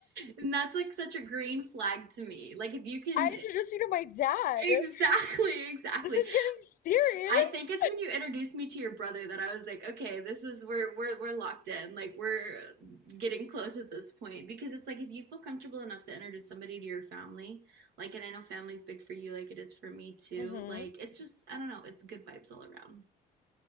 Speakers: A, on the right; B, on the left.
A: and that's like such a green flag to me. Like if you can
B: I introduced you to my dad.
A: exactly, exactly.
B: This is getting serious.
A: I think it's when you introduced me to your brother that I was like, okay, this is we're we're we're locked in. Like we're getting close at this point because it's like if you feel comfortable enough to introduce somebody to your family, like and I know family's big for you like it is for me too.
B: hmm
A: Like it's just I don't know, it's good vibes all around.